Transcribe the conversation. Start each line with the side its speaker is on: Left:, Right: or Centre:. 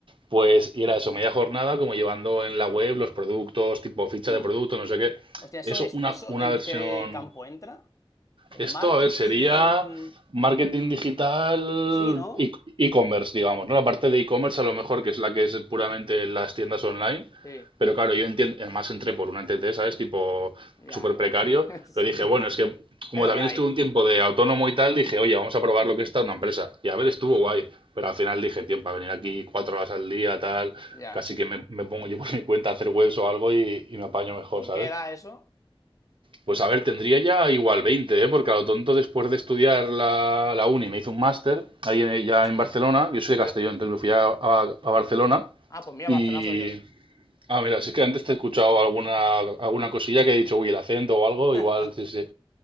Right: Pues y era eso, media jornada, como llevando en la web los productos, tipo ficha
Left: Mm.
Right: de producto, no sé qué.
Left: Hostia, ¿eso
Right: Eso,
Left: es,
Right: una,
Left: eso
Right: una
Left: en
Right: versión
Left: qué campo entra? ¿En
Right: esto,
Left: marketing?
Right: a ver, sería marketing digital,
Left: Sí, ¿no?
Right: e- e-commerce, digamos, ¿no? La parte de e-commerce a lo mejor que es la que es puramente las tiendas online,
Left: Sí.
Right: pero claro, yo entiendo, además entré por una NTT, ¿sabes? Tipo
Left: Ya,
Right: súper
Left: ya.
Right: precario,
Left: <laughs> Sí.
Right: pero dije, bueno, es que como
Left: Es lo
Right: también
Left: que hay.
Right: estuve un tiempo de autónomo y tal, dije, oye, vamos a probar lo que está una empresa. Y a
Left: Eh,
Right: ver, estuvo guay, pero al final dije, tío, para venir aquí cuatro horas al día, tal,
Left: ya.
Right: casi que me, me pongo yo por mi cuenta a hacer webs o algo y, y me apaño mejor,
Left: ¿Con
Right: ¿sabes?
Left: qué edad eso?
Right: Pues a ver, tendría ya igual veinte ¿eh? Porque a lo tonto después de estudiar la, la uni me hice un máster ahí en- ya
Left: Hostia.
Right: en Barcelona. Yo soy de
Left: Pero.
Right: Castellón, entonces me fui a, a- a Barcelona
Left: Ah, pues mira,
Right: y...
Left: Barcelona soy yo.
Right: Ah, mira, sí que antes te he escuchado alguna, alguna cosilla que he dicho, uy, el acento o algo,
Left: <laughs>
Right: igual, sí, sí.